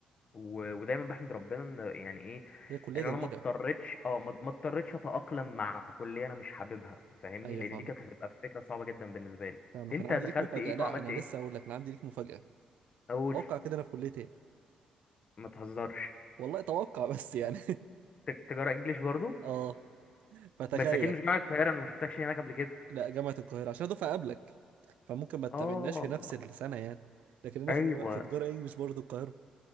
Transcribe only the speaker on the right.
هي كلية
جميلة
ايوه
فاهمك
فاهمك
انا عندي
ليك مفاجأة
لا
انا
لسه هقول لك انا عندي ليك مفاجأة
اتوقع كده انا في كلية ايه
والله اتوقع بس يعني <laughs>
اه فتخيل
لا جامعة القاهرة عشان دفعة قبلك فممكن ما تقابلناش
في نفس السنة يعني لكن انا
في تجارة في تجارة انجلش برضه القاهرة